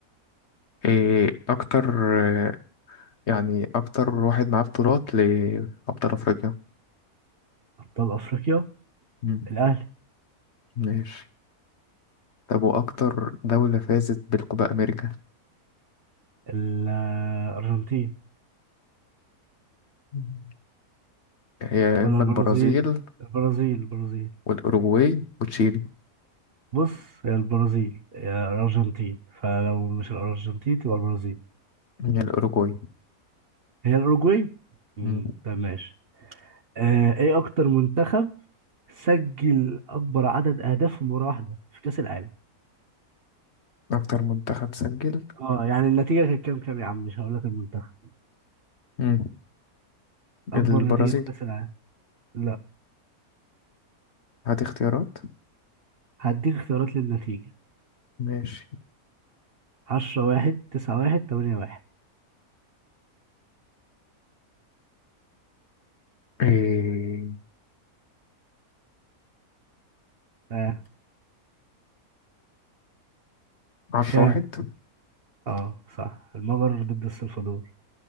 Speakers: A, on the left (about 55°); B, on the right (about 50°).
A: إيه أكتر آه، يعني أكتر واحد معاه بطولات لأبطال أفريقيا
B: أبطال أفريقيا
A: مم.
B: الأهلي
A: ماشي طب وأكتر دولة فازت بالكوبا أمريكا
B: الأرجنتين
A: مم. يا
B: ولا
A: إما
B: البرازيل
A: البرازيل
B: البرازيل البرازيل
A: والأوروغواي وتشيلي
B: بص يا البرازيل يا الأرجنتين فلو مش الأرجنتين تبقى البرازيل
A: هي الأوروغواي
B: هي الأوروجواي مم،
A: مم.
B: طب ماشي آه، إيه أكتر منتخب سجل أكبر عدد أهداف في مباراة واحدة في كأس العالم
A: أكتر منتخب سجل
B: أه يعني النتيجة كانت كام كام يا عم مش هقول لك المنتخب
A: مم.
B: أكبر
A: البرازيل
B: نتيجة في كأس العالم لا
A: هات اختيارات
B: هديك اختيارات للنتيجة
A: ماشي
B: 10 1 9 1 8 1
A: إيه
B: آه.
A: عشرة
B: كام
A: واحد
B: اه صح المجر ضد السلفادور